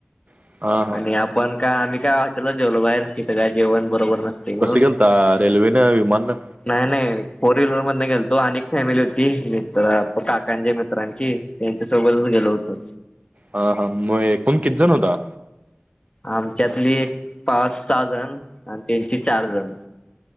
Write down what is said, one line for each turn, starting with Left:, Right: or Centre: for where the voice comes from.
Right: हा हा
Left: आणि आपण का आम्ही का हॉटेलला जेवो बाहेर तिं काय जेवण बरोबर नसते म्हणून
Right: बस गंत रेल्वेन विमान
Left: नाही, नाही फोर व्हीलर मध गेलतो आणि- फॅमिली होती मित्र काकांची मित्रांची, त्यांच्या सोबतच गेलो होतो.
Right: हा हा, मग एकूण कितीजण होता?
Left: आमच्यातली एक पाच, सहा जण आणि त्यांची चार जण.